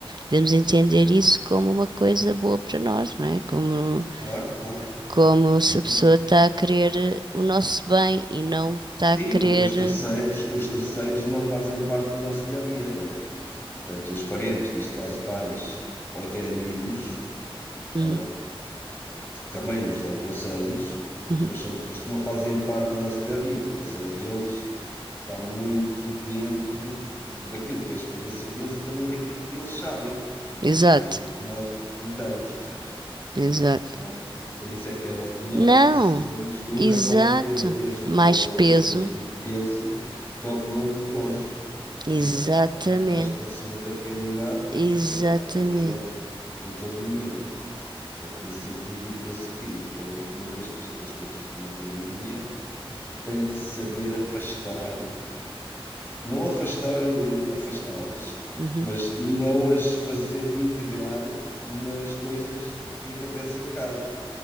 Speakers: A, on the right; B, on the left.
A: devemos entender isso como uma coisa boa para nós, não é? Como,
B: claro, claro.
A: como se a
B: E
A: pessoa está a querer eh, o nosso bem e não está
B: sim,
A: a querer.
B: porque os terceiros,
A: eh,
B: os terceiros não fazem parte do nosso dia a dia, não é? Tanto os parentes, neste caso pais ou até amigos,
A: Uhum,
B: né, que também nos dão conselhos,
A: uhum.
B: mas são pessoas que não fazem parte do nosso dia a dia. O conselho deles está muito dentro daquilo que é a experiência deles e também daquilo que eles sabem.
A: Exato,
B: ou daquilo que nós lhe contamos, percebes?
A: exato.
B: Então, por isso é que a opinião
A: Não,
B: de terceiros nunca
A: exato.
B: pode ter o mesmo
A: Mais
B: valor,
A: peso,
B: o mesmo peso que a opinião do cônjuge, porque
A: exatamente,
B: essa opinião está muito mais próxima da realidade,
A: exatamente.
B: porque é, está presente em todo momento. Portanto, nesse sentido, e parece que cada uma vez que as pessoas constituem família, têm que saber afastar não afastar, eh, afastá-las,
A: Uhum.
B: mas não as fazer integrar nas coisas que acontecem em casa.